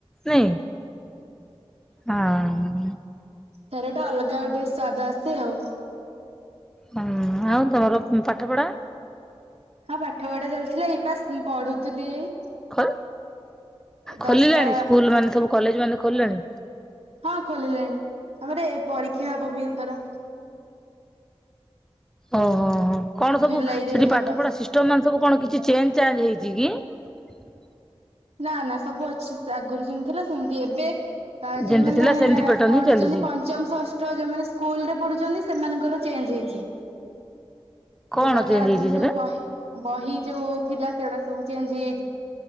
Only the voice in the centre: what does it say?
ନାଇଁ ହଁ
ହଁ ଆଉ ତମର ପାଠ ପଢା
ଖୋଲ,
ଖୋଲିଲାଣି ସ୍କୁଲ ମାନେ ସବୁ କଲେଜ୍ ମାନେ ଖୋଲିଲାଣି
ଓହୋ ହୋ ହୋ କଣ ସବୁ,
ସେଠି
ପାଠ ପଢା ସିଷ୍ଟମ ମାନେ ସବୁ କଣ କିଛି ଚେଞ୍ଜ୍ ଚାଞ୍ଜ୍ ହେଇଛି । ଜ କି <unintelligible>
ଯେମିତି
ଥିଲା ସେମିତି ପ୍ୟାଟର୍ନ
ହିଁ ଚାଲିଛି
କଣ
ଚେଞ୍ଜ
ହେଇଛି ସେଟା?